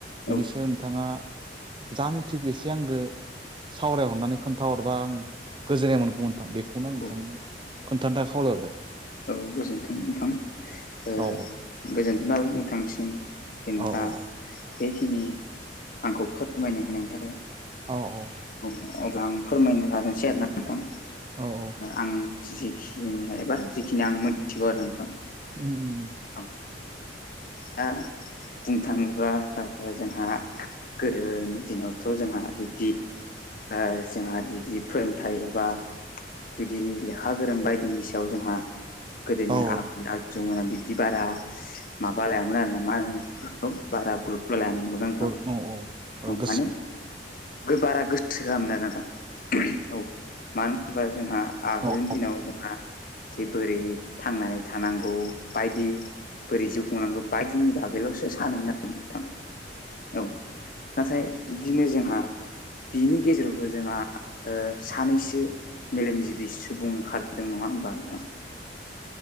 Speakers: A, on the right; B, on the left.
A: बेनि
B: औ
A: सायाव बिथाङा जा मिथिखौ एसे आंदो सावरायहरनानै खोन्थाहरबा आं । गोजोननाय मोनगौमोनथां बेखौनो आं नोंथांनो
B: औ
A: खोन्थानो थाखाय खावलायरबाय
B: औ गोजोन्थों नोंथां ओ
A: औ
B: गोजोनथों लाबाय नोंथांसिम जों
A: औ
B: दा
A: औ
B: बेखिनि आंखौ फोरमायनो होनायनि थाखाय
A: औ औ।
B: अब्ला आं फोरमायनो लानोसै आरो ना । नोंथां
A: औ औ
B: आं जिखिनिाय एबा जिखिनि आं मिथिगौ आरो नोंथां।
A: उम उम
B: औ दा बुंनो थाङोबा ओ जोंहा गोदोनि दिनावथ' जोंहा बिब्दि ओ जोंहा बिदि फोरोंथायाइ एबा बिदि लेखा गोरों बायदिनि सायाव जोंहा गोदोनि
A: औ
B: आबै आ जोमोनना बिदि बारा माबा लायामोन आरो ना मा होनो । औ बारा ग्रुबथ' हायामोन नोंगौना नोंथां
A: औ औ
B: औ
A: गोसो
B: माने बारा गोसो जामोन आरो नोंथां औ मानो । होनबा जोंहा आगोलनि
A: औ
B: दिनाव जोंहा जे बोरै थांनानै थानांगौ बायदि बोरै जिउ खुंनांगौ बायदिनि बागैल'सो सानोमोन आरो नोंथां औ । नाथाय बिदिनो जोंहा बिनि गेजेरावबो जोंहा सानैसो मेलेमजिबि सुबुं ओंखारदों नङा होमबा नोंथां ।